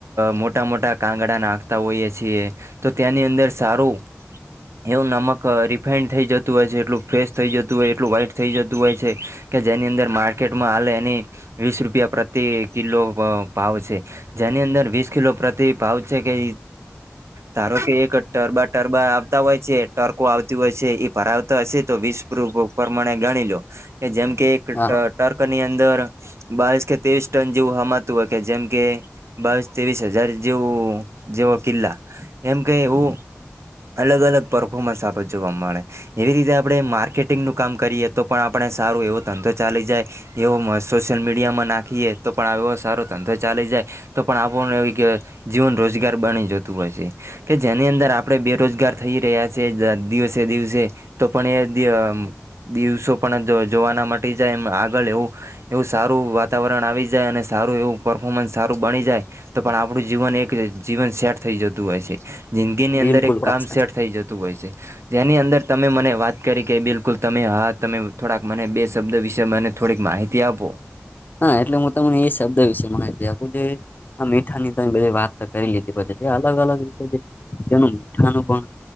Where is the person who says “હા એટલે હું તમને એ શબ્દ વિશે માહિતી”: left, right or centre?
Left